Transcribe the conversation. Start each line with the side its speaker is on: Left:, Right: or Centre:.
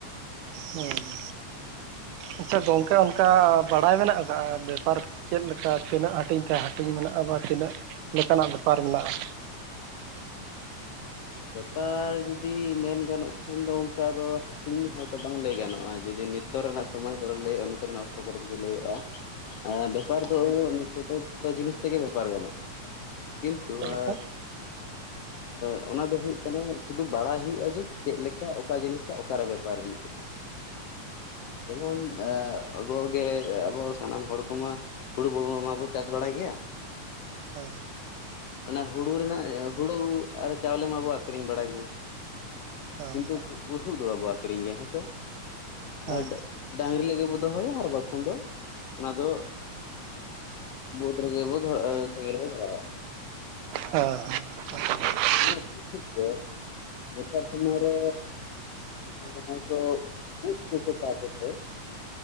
Right: ᱦᱮᱸ ᱦᱩᱸ ᱟᱪᱪᱷᱟ ᱜᱚᱝᱠᱮ ᱚᱱᱠᱟ ᱵᱟᱲᱟᱭ ᱢᱮᱱᱟᱜ ᱟᱠᱟᱫᱟ ᱵᱮᱯᱟᱨ ᱪᱮᱫᱞᱮᱠᱟ ᱛᱤᱱᱟᱹᱜ ᱦᱟᱹᱴᱤᱧ ᱛᱮ ᱦᱟᱹᱴᱤᱧ ᱢᱮᱱᱟᱜᱼᱟ ᱛᱤᱱᱟᱹᱜ ᱞᱮᱠᱟᱱᱟᱜ ᱵᱮᱯᱟᱨ ᱢᱮᱱᱟᱜᱼᱟ
Left: ᱵᱮᱯᱟᱨ ᱡᱩᱫᱤ ᱢᱮᱱ ᱜᱟᱱᱚᱜ ᱠᱷᱟᱱ ᱫᱚ ᱚᱱᱠᱟ ᱫᱚ ᱦᱟᱹᱴᱤᱧ ᱦᱚᱭᱛᱳ ᱵᱟᱝ ᱞᱟᱹᱭ ᱜᱟᱱᱚᱜᱼᱟ ᱡᱩᱫᱤ ᱱᱤᱛᱚᱜ ᱨᱮᱱᱟᱜ ᱥᱚᱢᱚᱭ ᱠᱚᱨᱮ ᱞᱟᱹᱭ ᱦᱩᱭᱩᱜᱼᱟ ᱱᱤᱛᱚᱜ ᱨᱮᱱᱟᱜ ᱚᱠᱛᱚ ᱠᱚᱨᱮ ᱡᱫᱤ ᱞᱟᱹᱭ ᱦᱩᱭᱩᱜᱼᱟ ᱦᱮᱸ ᱵᱮᱯᱟᱨ ᱫᱚ ᱱᱤᱛᱚᱜ ᱫᱚ ᱡᱚᱛᱚ ᱡᱤᱱᱤᱥ ᱛᱮᱜᱮ ᱵᱮᱯᱟᱨ ᱜᱟᱱᱚᱜᱼᱟ ᱠᱤᱱᱛᱩ
Right: ᱪᱮᱫ ᱞᱮᱠᱟ
Left: ᱟ ᱟ ᱚᱱᱟ ᱫᱚ ᱦᱩᱭᱩᱜ ᱠᱟᱱᱟ ᱥᱩᱫᱩ ᱵᱟᱲᱟᱭ ᱦᱩᱭᱩᱜᱼᱟ ᱡᱮ ᱪᱮᱫᱞᱮ ᱞᱮᱠᱟ ᱚᱠᱟ ᱡᱤᱱᱤᱥ ᱚᱠᱟᱨᱮ ᱵᱮᱯᱟᱨ ᱦᱩᱭᱩᱜᱼᱟ
Right: ᱦᱮ <unintelligible>
Left: ᱡᱮᱢᱚᱱ ᱟᱵᱚᱜᱮ ᱟᱵᱚ ᱥᱟᱱᱟᱢ ᱦᱚᱲ ᱠᱚᱢᱟ <unintelligible> ᱦᱩᱲᱩ ᱵ ᱢᱟᱵᱚ ᱪᱟᱥ ᱵᱟᱲᱟᱭ ᱜᱮᱭᱟ
Right: ᱦᱳᱭ
Left: ᱚᱱᱟ ᱦᱩᱲᱩ ᱨᱮᱱᱟᱜ ᱦᱩᱲᱩ ᱟᱨ ᱪᱟᱣᱞᱮ ᱢᱟᱵᱚᱱ ᱟᱠᱠᱷᱨᱤᱧ ᱵᱟᱲᱟᱭ ᱜᱮᱭᱟ
Right: ᱦᱮᱸ
Left: ᱠᱤᱱᱛᱩ ᱵᱩᱥᱩᱵ ᱫᱚᱢᱮ ᱵᱚᱱ ᱟᱠᱷᱨᱤᱧ ᱜᱮᱭᱟ ᱦᱮᱸ ᱥᱨᱮᱮ
Right: ᱦᱮᱸ
Left: ᱟᱨ
Right: ᱦᱮᱸ
Left: ᱰᱟᱝᱝᱨᱤ ᱞᱟᱹᱜᱤᱫ ᱵᱚ ᱫᱚᱦᱚᱭᱟ ᱟᱨ ᱵᱟᱠᱷᱟᱱ ᱫᱚ ᱚᱱᱟ ᱫᱚ ᱵᱟᱹᱫᱽ ᱨᱮᱜᱮ ᱵᱚ ᱫᱷᱚᱨ ᱥᱮᱸᱜᱮᱞ ᱵᱚ ᱫᱷᱚᱨᱟᱣᱟ
Right: ᱦᱮᱸ ᱦᱮ <unintelligible>
Left: ᱦᱩᱜ ᱛᱮ ᱱᱮᱛᱟᱨ ᱥᱚᱢᱚᱭ ᱨᱮ ᱭ ᱡᱟᱦᱟᱸᱟᱭ ᱠᱚ ᱩᱵ ᱛᱠᱚ ᱪᱟᱥ ᱫᱚ